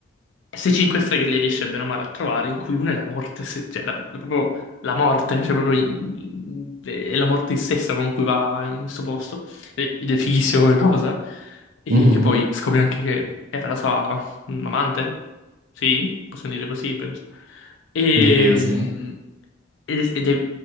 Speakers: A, on the left (about 65°); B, on the right (about 40°).
A: Queste 5 streghe le riesce bene o male a trovare, in cui una è la morte, se- cioè la, la- proprio la morte, cioè proprio i- è la morte stessa con cui va in questo posto, e- ed è fighissimo come cosa, e
B: Mhm,
A: che poi scopre anche che era la sua mm, amante, sì, possiamo dire così, penso, e,
B: Direi di
A: mm,
B: sì.
A: ed, è, ed è